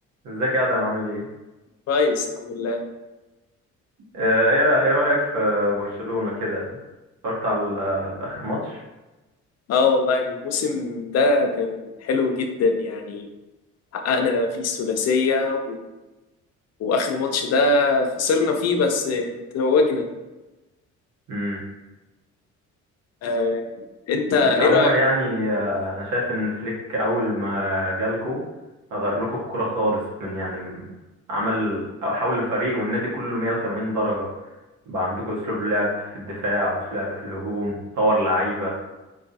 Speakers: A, on the right (about 75°); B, on the left (about 55°).
A: ازيك يا ادم عامل ايه
B: كويس الحمد لله
A: آه، ايه ايه رايك في برشلونه كده اتفرجت على ال- على اخر ماتش
B: اه والله الموسم ده كان حلو جدا يعني حققنا فيه الثلاثية و... واخر ماتش ده خسرنا فيه بس توجنا
A: امم
B: آه... انت ايه
A: بس عموما
B: رأيك
A: يعني آه، انا شايف ان فليك اول ما جالكو غير لكم الكوره خالص من يعني م- عمل حول الفريق والنادي كله 180 درجه بقى عندكم اسلوب لعب في الدفاع واسلوب لعب في الهجوم طور لعيبه